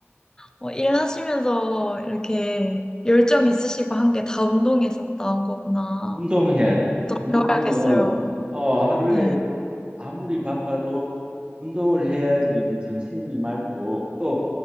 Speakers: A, on the left; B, on the right.
A: 어, 일하시면서 이렇게 열정 있으시고 한 게 다 운동에서 나온 거구나.
B: 운동해야 돼. 운- 운동은
A: 배워야겠어요.
B: 어, 하루에
A: 네.
B: 아무리 바빠도 운동을 해야지 이 정신이 맑고 또